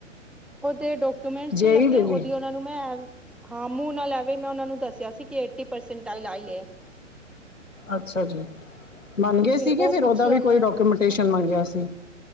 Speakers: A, in the centre; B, on the left (about 85°).
A: ਓਦੇ ਡੋਕੂਮੈਂਟਸ
B: ਜੇਈ
A: ਤੇ ਲੱਗੇ
B: ਦੇ ਵੀ
A: ਦੀ ਉਹਨਾ ਨੂੰ ਮੈਂ ਹਾਂ ਮੂੰਹ ਨਾਲ ਐਵੇਂ ਮੈਂ ਉਹ ਨੂੰ ਦੱਸਿਆ ਸੀ ਕਿ ਏਟੀ ਪਰਸਟ <unintelligible>
B: ਅੱਛਾ ਅੱਛਾ ਜੀ ਮੰਨ ਗਏ ਸੀਗੇ
A: ਉਹ
B: ਫਿਰ
A: ਪੁੱਛੀ
B: ਉਹਦਾ ਵੀ
A: ਉਹਨਾਂ
B: ਕੋਈ ਡਾਕੂਮੈਂਟੇਸ਼ਨ ਮੰਗਿਆ ਸੀ